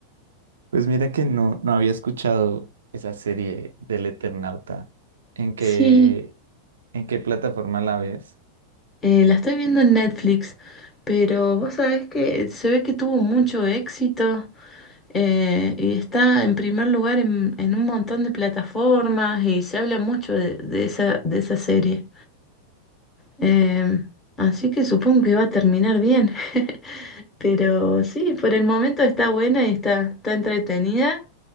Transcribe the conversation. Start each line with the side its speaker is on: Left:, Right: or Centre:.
Right: Pues mira que no, no había escuchado esa serie del Eternauta. ¿En qué,
Left: Sí,
Right: en qué plataforma la ves?
Left: eh, la estoy viendo en Netflix, pero vos sabés que se ve que tuvo mucho éxito. eh, y está en primer lugar en, en un montón de plataformas y se habla mucho de, de esa, de esa serie. Eh, así que supongo que va a terminar bien. <laughs> Pero sí, por el momento está buena y está, está entretenida.